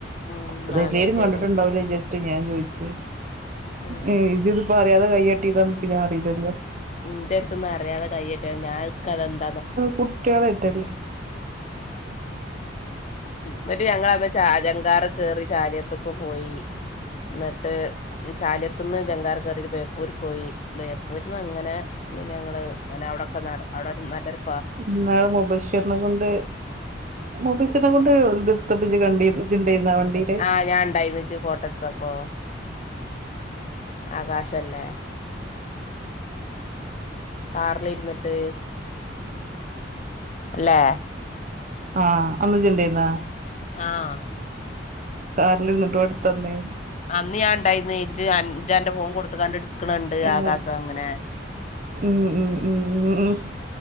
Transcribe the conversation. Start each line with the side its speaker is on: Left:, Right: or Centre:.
Left: ഉം
Right: <unintelligible>
Left: നാളേറ്റേണേക്കാരം
Right: കണ്ട്ട്ട്ണ്ടാവുലേ ചാര്ച്ച്ട്ട് ഞാൻ ചോയ്ച്ച്
Left: ആഹ്
Right: ഏഹ് ഇജ് ത് പ്പോ അറിയാതെ കയ്യട്ടിതാ ന്ന് പ്പൊ ഞാറീലല്ലോ.
Left: ഇൻ്റട്ത്ത്ന്ന് അറിയാതെ കൈയ്യട്ട്യ ഞാ <unintelligible>
Right: കുട്ട്യളായിട്ടല്ലേ.
Left: ന്ന്ട്ട് ഞങ്ങള് അഒട്ന്ന് ചാലിയങ്കാർ കേറി ചാലിയത്തൊക്കെ പോയി. ന്ന്ട്ട് ചാലിയത്ത്ന്ന് ജങ്കാർ കേറി ബേപ്പൂര്ക്കോയി ബേപ്പൂര് അങ്ങനെ പിന്നെ ഞങ്ങള് പന്നെ അഒടക്കെ നട അഒടെ നല്ലരു
Right: ന്നാൾ മുബഷിർനെ കൊണ്ട് മുബഷിർനെ കൊണ്ട് ഇത്ട്ത്തപ്പോ ജ് കണ്ടി ഇജ്ണ്ടേ ആ വണ്ടീല്.
Left: ആഹ് ഞാൻ ണ്ടായിന്ന് ജ് ഫോട്ടോ ട്ത്തപ്പോ. ആകാശല്ലേ? കാർല് ഇര്ന്ന്ട്ട് ല്ലേ
Right: ആഹ് അന്ന് ജ്ണ്ടേന്ന?
Left: ആഹ്
Right: കാർല്ര്ന്ന്ട്ട് ഓൻ ട്ത്തന്ന്.
Left: അന്ന് ഞാ ണ്ടായിന്ന് ജ് അൻ ജ് അൻ്റെ ഫോൺ കൊടുത്ത കാണ്ട് എട്ക്ക്ണണ്ട്
Right: ആഹ്
Left: ആകാസം ങ്ങനെ.
Right: ഉം ഉം ഉം <unintelligible>